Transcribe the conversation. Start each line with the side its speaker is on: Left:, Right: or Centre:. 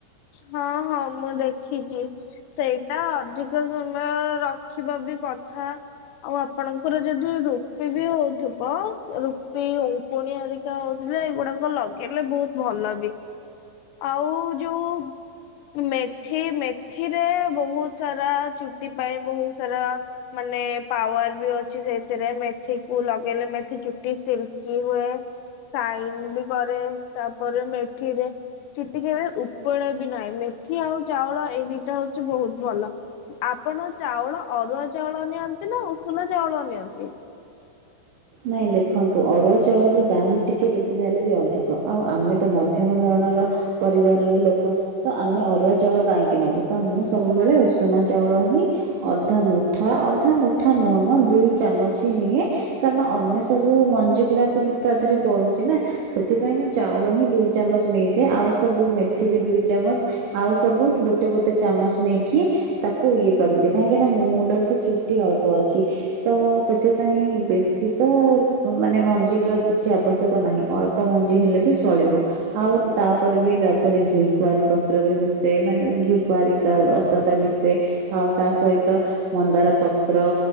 Left: ହଁ ହଁ ମୁଁ ଦେଖିଚି। ସେଇଟା ଅଧିକ ସମୟ ରଖିବା ବି କଥା। ଆଉ ଆପଣଙ୍କର ଯଦି ରୁପି ବି ହଉଥିବ ରୁପି ଉ ଉକୁଣୀ ହେରିକା ହଉଥିଲେ ଏଇଗୁଡ଼ାକ ଲଗେଇଲେ ବହୁତ ଭଲ ବି ଆଉ ଯୋଉ ମେଥି ମେଥିରେ ବହୁତ ସାରା ଚୁଟି ପାଇଁ ବହୁତ ସାରା। ମାନେ ପାୱାର ବି ଅଛି ସେଥିରେ ମେଥି କୁ ଲଗେଇଲେ ମେଥି ଚୁଟି ସିଲ୍କ ହୁଏ। ସାଇନ ବି କରେ ତାପରେ ମେଠିରେ ଚୁଟି କେବେ ଉ ପଡ଼େ ବି ନାହିଁ ମେଥି ଆଉ ଚାଉଳ ଏଇ ଦିଟା ହଉଚି ବହୁତ ଭଲ। ଆପଣ ଚାଉଳ ଅରୁଆ ଚାଉଳ ନିଅନ୍ତି ନା ଉଷୁନା ଚାଉଳ ନିଅନ୍ତି?
Right: ନାଇଁ ଦେଖନ୍ତୁ ଅରୁଆ ଚାଉଳର ଦାମ୍ ଟିକିଏ ଯେତେ ଚା ହେଲେ ବି ଅଧିକ ଆଉ ଆମେ ତ ମଧ୍ୟମ ଧରଣର। ପରିବାରର ଲୋକ। ତ ଆମେ ଅରୁଆ ଚାଉଳ କାହିଁକି ନବୁ ତ ମୁଁ ସବୁବେଳେ ଉଷୁନା ଚାଉଳ ହିଁ। ଅଧା ମୁଠା ଅଧା ମୁଠା ନୁହଁ ମ ଦୁଇ ଚାମଚହି ନିଏ। କାରଣ ଅନ୍ୟ ସବୁ ମଞ୍ଜି ଗୁଡ଼ାକ ବି ତା ଦେହରେ ପଡୁଚି ନା। ସେଥିପାଇଁ ମୁଁ ଚାଉଳ ହିଁ ଦୁଇ ଚାମଚ ନେଇଯାଏ ଆଉ ସବୁ ମେଥି ବି ଦୁଇ ଚାମଚ। ଆଉ ସବୁ ଗୋଟେ ଗୋଟେ ଚାମଚ ନେଇ କି। ତାକୁ ଇଏ କରିଦିଏ କାହିଁକି ନା ମୋ ମୁଣ୍ଡରେ ତ ଚୁଟି ଅଳ୍ପ ଅଛି। ତ ସେଥି ପାଇଁ ବେ ବେଶି ମାନେ ମଞ୍ଜିର କିଛି ଆବଶ୍ୟକ ନାହିଁ ଅଳ୍ପ ମଞ୍ଜି ହେଲେ ବି ଚଳିବ। ଆଉ ତାପରେ ବି ତାଦେହରେ ଘି କୁଆଁରୀ ପତ୍ର ବି ମିଶେଇ ମାନେ ଘି କୁଆଁରୀ। ତା ରସ ଟା ମିଶେ ଆଉ ତା ସହିତ। ମନ୍ଦାର ପତ୍ର